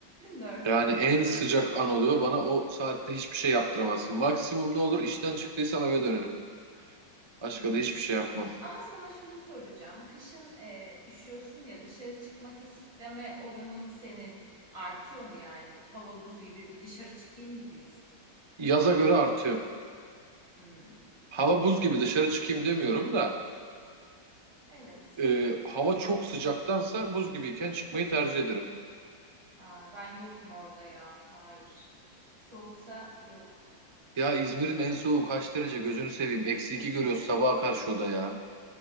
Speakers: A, on the right; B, on the right.
A: dört
B: Yani
A: evet.
B: en sıcak an oluyor. Bana o saatte hiçbir şey yaptıramazsın. Maksimum ne olur işten çıktıysam eve dönerim. Başka
A: Hmm.
B: da hiçbir şey yapmam.
A: Ama sana şunu soracağım. Kışın e, üşüyorsun ya dışarı çıkmak isteme oranın senin artıyor mu yani? Hava buz gibi bir dışarı çıkayım mı diyorsun?
B: Yaza göre artıyor.
A: Hmm.
B: Hava buz gibi dışarı çıkayım demiyorum da
A: Evet.
B: e, hava çok sıcaktansa buz gibiyken çıkmayı tercih ederim.
A: Aa, ben yokum orada ya. Hayır. Soğuksa yok.
B: Ya İzmir'in en soğuğu kaç derece gözünü seveyim. Eksi iki görüyoruz sabaha karşı o da ya.